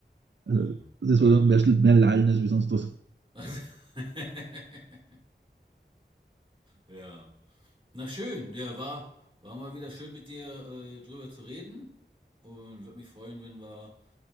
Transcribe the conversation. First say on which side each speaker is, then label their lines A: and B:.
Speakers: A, on the right; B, on the right.
A: Also,
B: Ja.
A: das war mehr, mehr Lallen als wie sonst was.
B: Also, <laughs> ja. Na schön, der war, war mal wieder schön mit dir äh, drüber zu reden und würde mich freuen, wenn wir,